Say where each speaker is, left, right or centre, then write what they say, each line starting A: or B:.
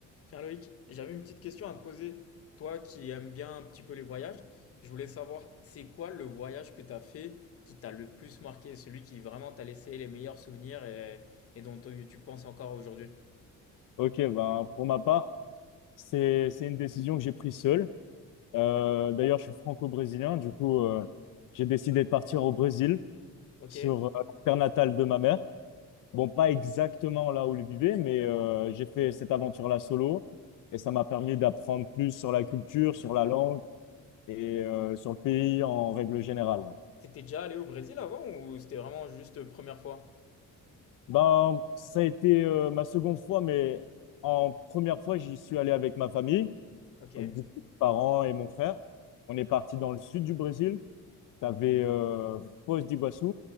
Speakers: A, on the left; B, on the left.
A: Tiens Loïc, j'avais une petite question à te poser. Toi qui aimes bien un petit peu les voyages, je voulais savoir c'est quoi le voyage que tu as fait qui t'a le plus marqué, celui qui vraiment t'a laissé les meilleurs souvenirs et, et dont tu tu penses encore aujourd'hui.
B: Ok, ben, pour ma part, c'est c'est une décision que j'ai prise seule. Euh, d'ailleurs, je suis franco-brésilien, du coup, euh, j'ai décidé de partir au Brésil
A: Ok.
B: sur euh, la terre natale de ma mère. Bon, pas exactement là où elle vivait, mais euh, j'ai fait cette aventure-là solo et ça m'a permis d'apprendre plus sur la culture, sur la langue et euh, sur le pays en règle générale.
A: T'étais déjà allé au Brésil avant ou c'était vraiment juste première fois?
B: Ben, ça a été euh, ma seconde fois, mais en première fois, j'y suis allé avec ma famille.
A: Ok.
B: Donc, Du coup, mes parents et mon frère, on est parti dans le sud du Brésil. Tu avais euh, Foz d'Iguaçu.